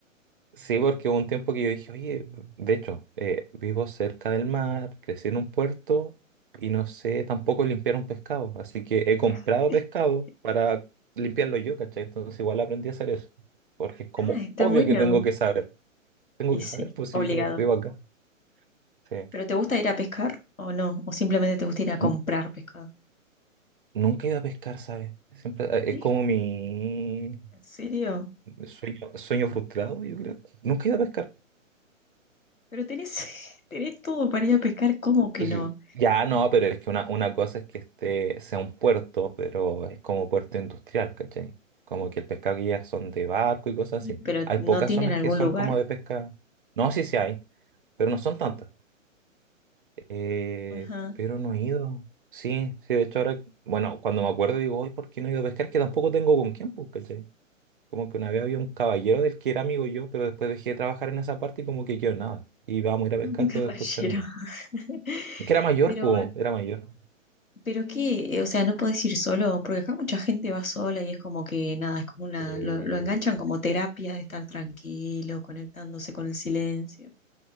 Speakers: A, on the right (about 40°); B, on the left (about 85°).
A: Sí, porque hubo un tiempo que yo dije, oye, de hecho, eh, vivo cerca del mar, crecí en un puerto y no sé tampoco limpiar un pescado. Así que he comprado
B: <laughs>
A: pescado para limpiarlo yo, ¿cachai? Entonces igual aprendí a hacer eso. Porque es como
B: Ah, está
A: obvio
B: bueno.
A: que tengo que saber. Tengo
B: Y
A: que
B: sí,
A: saber, pues
B: obligado.
A: si vivo, vivo acá. Sí.
B: ¿Pero te gusta ir a pescar o no? ¿O simplemente te gusta ir a comprar
A: N-
B: pescado?
A: Nunca he ido a pescar, ¿sabes? Siempre, eh,
B: ¿Eh?
A: es como mi
B: ¿En serio?
A: sueño, sueño frustrado, yo creo. Nunca he ido a pescar.
B: Pero tenés, <laughs> tenés todo para ir a pescar, ¿cómo que
A: Sí.
B: no?
A: Ya no, pero es que una, una cosa es que este sea un puerto, pero es como puerto industrial, ¿cachai? Como que el pescado que llega son de barco y cosas
B: Y,
A: así.
B: pero
A: Hay
B: no
A: pocas
B: tienen
A: zonas
B: algún
A: que son
B: lugar.
A: como de pesca. No, sí, sí hay, pero no son tantas. Eh,
B: Ajá.
A: pero no he ido. Sí, sí, de hecho ahora, bueno, cuando me acuerdo digo, hoy, ¿por qué no he ido a pescar? Que tampoco tengo con quién, pues, ¿cachai? Como que una vez había un caballero del que era amigo yo, pero después dejé de trabajar en esa parte y como que quedó nada. Y vamos a ir a pescar,
B: Un caballero.
A: pero después quedó nada.
B: <laughs>
A: Que era mayor,
B: Pero,
A: pues, era mayor.
B: pero qué, o sea, no podés ir solo, porque acá mucha gente va sola y es como que nada, es como una,
A: Eh,
B: lo, lo enganchan como terapia de estar tranquilo, conectándose con el silencio,